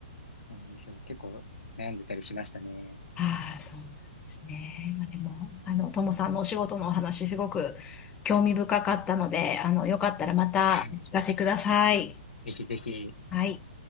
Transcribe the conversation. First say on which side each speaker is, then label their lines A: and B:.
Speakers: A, on the left (about 80°); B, on the left (about 15°).
A: そうなんですよ。結構悩んでたりしましたね。
B: ああ、そうなんですね。まあ、でも、あの、ともさんのお仕事のお話、すごく興味深かったので、あの、よかったらまたお聞かせください。
A: <laughs> ぜひぜひ。
B: はい。